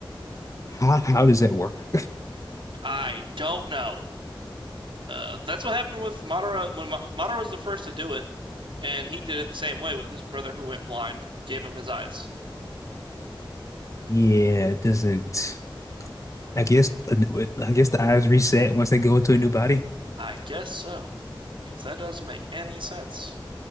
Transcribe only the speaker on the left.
How how does that work? <laughs>
Yeah, it doesn't. I guess I guess the eyes reset once they go into a new body.